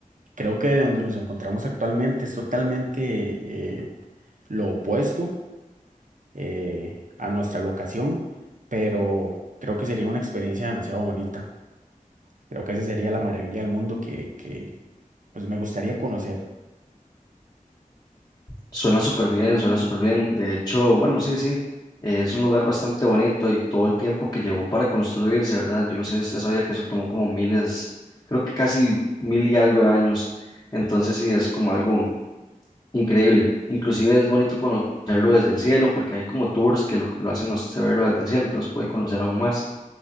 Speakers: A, on the right (about 65°); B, on the left (about 25°).
A: Creo que de donde nos encontramos actualmente es totalmente eh, lo opuesto eh, a nuestra locación, pero creo que sería una experiencia demasiado bonita. Creo que esa sería la maravilla del mundo que, que, pues me gustaría conocer.
B: Suena súper bien, suena súper bien. De hecho, bueno, sí, sí, eh, es un lugar bastante bonito y todo el tiempo que llevó para construirse, ¿verdad? Yo no sé si usted sabía que eso tomó como miles, creo que casi mil y algo de años. Entonces sí, es como algo increíble. Inclusive es bonito conocerlo desde el cielo porque hay como tours que lo, lo hacen a usted verlo desde el cielo, entonces puede conocer aún más.